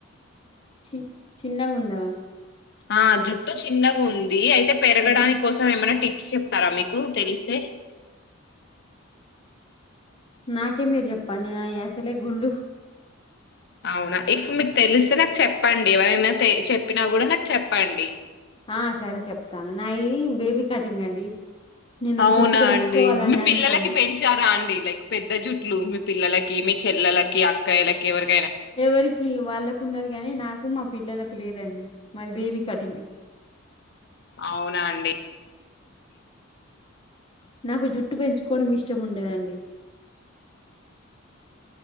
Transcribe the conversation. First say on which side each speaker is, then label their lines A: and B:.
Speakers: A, on the left (about 25°); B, on the left (about 50°).
A: చి చిన్నగుంద
B: ఆ జుట్టు చిన్నగా ఉందియి అయ్ తే పెరగడాని
A: హలో
B: కోసం ఏమైన్నా టిప్ చెప్తారా మీకు తెలిసే
A: నాక్ కే మీరు చెప్పండి నా అసలే గుండు <inaudible>
B: అవునా ఇప్పు మీకు తెలిస్తే నాకు చెప్పండి ఎవరైనా తే చెప్పినా కూడా నాకు చెప్పండి
A: ఆ సరే చెప్తాను నాయ బేబీ కటింగ్ అండి నేను
B: అవునా
A: జుట్టు పెంచుకోవాలని
B: అండి మీ
A: అనుకోను
B: పిల్లలకి పెంచారా అండి లైక్ పెద్ద జుట్లు మీ పిల్లలకి మీ చెల్లెలకి అక్కాయిలకి ఎవరి
A: ఎవరికి వాళ్ళకు ఉన్నది కాగాని నాకు మా పిల్లలకు లేదండి మారి బేబీ కటింగ్ అండి
B: అవునా అండి
A: నాకు జుట్టు పెంచుకోవడం ఇష్టం ఉండదండి